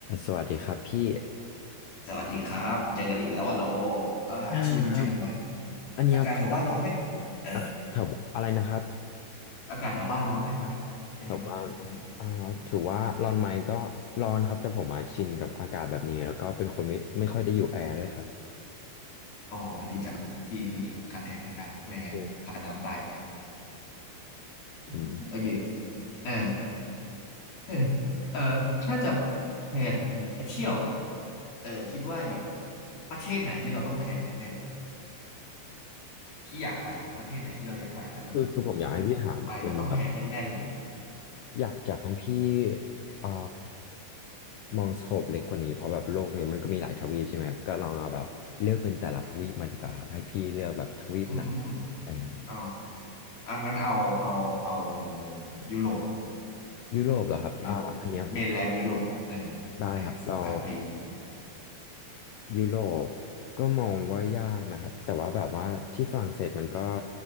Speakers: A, on the left; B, on the left.
A: สวัสดีครับพี่
B: สวัสดีครับเจอกันอีกแล้วว่าโลอ่าช่วงนี้เจอกันบ่อย
A: ได้ครับอันเนี้ยคือแบบ
B: อากาศแถวบ้านร้อนไหมเออ
A: อ่ะแถวอะไรนะครับ
B: อากาศแถวบ้านร้อนไหมตอนนี้เป็นไงบ้างอืม
A: แถวบ้านอ่าถือว่าร้อนไหมก็ร้อนครับแต่ผมอ่ะชินกับอากาศแบบนี้แล้วก็เป็นคนไม่ไม่ค่อยได้อยู่แอร์ด้วยครับ
B: โอ้ดีจังพี่นี่ขาดแอร์ไม่ได้ไม่งั้นขาดน้ำตาย
A: อืมอืม
B: <laughs> โอเคเออเออเออถ้าจะแผนไปเที่ยวเนี่ยเออคิดว่าแบบประเทศไหนที่เราต้องแผนแน่นๆที่อยากไปนะประเทศไหนที่เราอยากไปแต่มันแบบคิดว่าไปแล้วต้องแผนแน่นๆเลย
A: คือคือผมอยากให้พี่ถามเป็นแบบอยากอยากให้พี่อ่ามองสโคปเล็กกว่านี้เพราะแบบโลกเนี้ยมันก็มีหลายทวีปใช่ไหมครับก็ลองเอาแบบเลือกเป็นแต่ละทวีปมาดีกว่าครับให้พี่เลือกแบบทวีปไหน
B: อืม
A: อะไรเงี้ย
B: เอาอังงั้นเอาเอาเอายุโรป
A: ยุโรปเหรอครับอ่าอันเนี้ยผม
B: ยุโรปเมนแลนด์ยุโรปเอออ่ะโฟกัสไปอีก
A: ได้ครับเรายุโรปก็มองว่ายากนะครับแต่ว่าแบบว่าที่ฝรั่งเศสมันก็